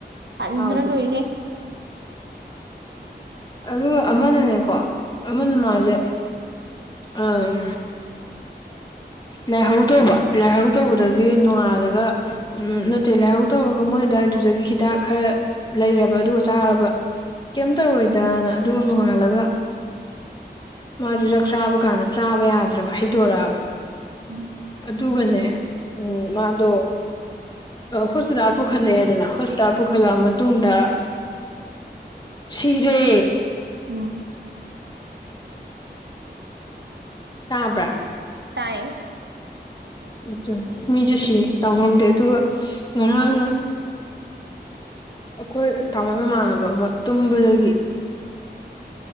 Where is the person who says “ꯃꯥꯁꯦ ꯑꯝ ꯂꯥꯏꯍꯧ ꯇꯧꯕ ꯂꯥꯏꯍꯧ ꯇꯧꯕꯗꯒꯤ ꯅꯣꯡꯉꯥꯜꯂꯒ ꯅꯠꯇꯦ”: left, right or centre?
Left